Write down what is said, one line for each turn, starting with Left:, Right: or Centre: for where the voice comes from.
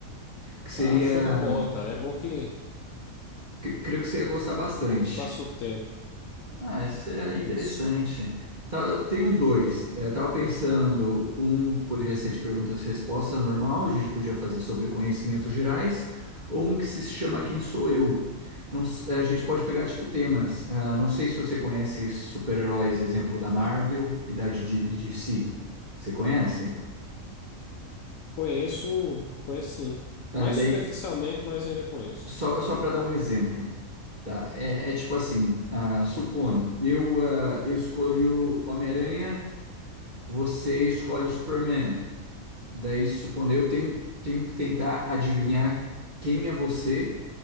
Right: Que seria,
Left: Ah, show de bola, cara. É bom que
Right: cre- creio que você ia gostar bastante.
Left: bom que passa o tempo.
Right: Ah, isso seria
Left: Isso.
Right: interessante. Tá, tem um dois. É, tava pensando, um poderia ser de perguntas e respostas normal, a gente podia fazer sobre conhecimentos gerais, ou um que se chama Quem Sou Eu. Não s- é, a gente pode pegar, tipo, temas. Ah, não sei se você conhece super-heróis, exemplo, da Marvel e da de DC. Você conhece?
Left: Conheço, conheço sim.
Right: Ah,
Left: Mais
Right: daí,
Left: superficialmente, mas ainda conheço.
Right: só, só para dar um exemplo, tá? É, é tipo assim, ah, supondo, eu, ah, eu escolho Homem-Aranha Você escolhe o Superman. Daí, supondo, eu tenho, tenho que tentar adivinhar quem é você